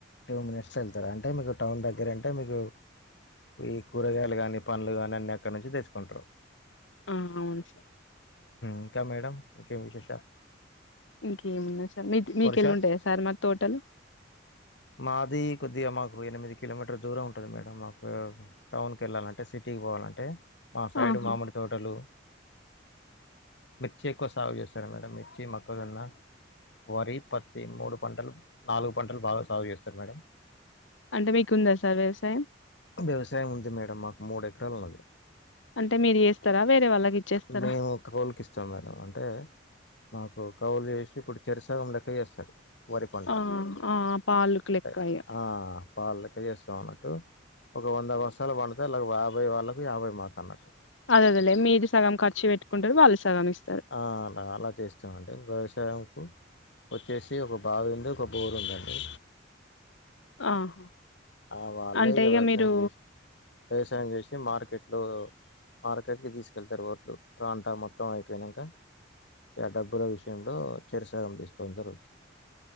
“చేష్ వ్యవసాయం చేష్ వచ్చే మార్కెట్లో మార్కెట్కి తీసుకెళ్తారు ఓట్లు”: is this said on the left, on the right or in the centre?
Left